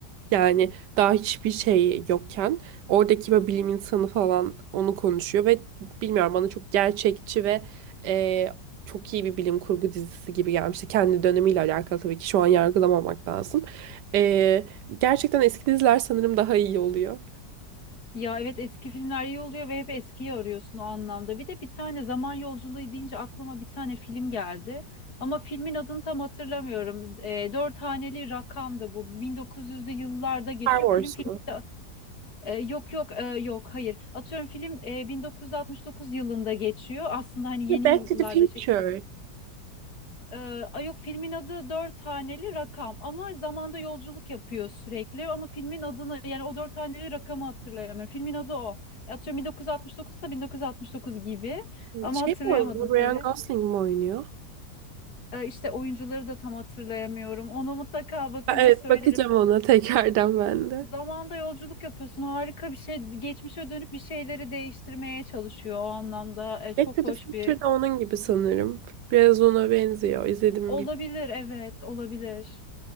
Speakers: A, on the right (about 80°); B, on the left (about 65°).
A: Yani daha hiçbir şey yokken oradaki böyle bilim insanı falan onu konuşuyor ve bilmiyorum bana çok gerçekçi ve e, çok iyi bir bilim kurgu dizisi gibi gelmişti. Kendi dönemiyle alakalı tabii ki şu an yargılamamak lazım. E, gerçekten eski diziler sanırım daha iyi oluyor.
B: Ya evet eski filmler iyi oluyor ve hep eskiyi arıyorsun o anlamda. Bir de bir tane zaman yolculuğu deyince aklıma bir tane film geldi. Ama filmin adını tam hatırlamıyorum. E, dört haneli rakam da bu. 1900'lü yıllarda geçiyor.
A: Star Wars
B: Film filmi
A: mu?
B: de e, yok yok e, yok hayır. Atıyorum film e, 1969 yılında geçiyor. Aslında hani yeni
A: Back
B: yıllarda
A: to the Future.
B: çek. Ee, ay yok filmin adı dört haneli rakam ama zamanda yolculuk yapıyor sürekli ama filmin adını yani o dört haneli rakamı hatırlayamıyorum. Filmin adı o. E, Atıyorum 1969 ise 1969 gibi ama
A: Şey
B: hatırlayamadım
A: mi oynuyor?
B: tabii.
A: Ryan Gosling mi oynuyor?
B: Ee, işte oyuncuları da tam hatırlayamıyorum. Onu mutlaka bakınca
A: Ha, evet
B: söylerim.
A: bakacağım ona <laughs> tekrardan ben de.
B: Zamanda yolculuk yapıyorsun harika bir şey. Geçmişe dönüp bir şeyleri değiştirmeye çalışıyor o anlamda. Ee,
A: Back
B: çok
A: to the
B: hoş
A: Future
B: bir
A: de onun gibi sanırım. Biraz ona benziyor. İzledim mi
B: olabilir
A: bilmiyorum.
B: evet olabilir.